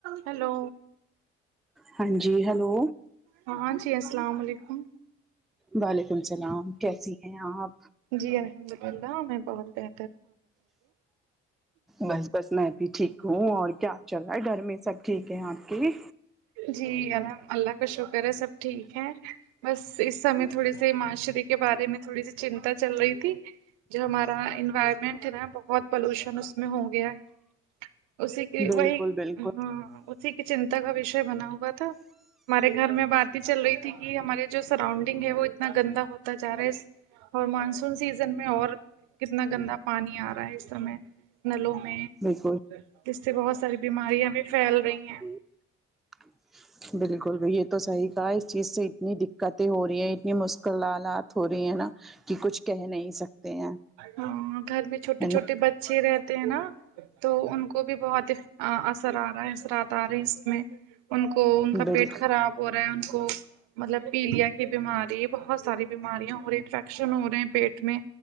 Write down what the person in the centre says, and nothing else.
ہاں جی ہلو
وعلیکم اللام کیسی ہیں آپ
بس بس میں بھی ٹھیک ہوں اور کیا چل رہا ہے ڈھر میں سب ٹھیک ہے آپ کے بھی
بالکل
بالکل
بالکل
اچھا بالکل ب یہ تو صحیح کہا اس چیز سے اتنی دقتیں ہو رہی ہیں اتنی م لالات ہو رہی ہے نا کہ کچھ کہہ نہیں سکتے ہیں
ہے
نا
بالکل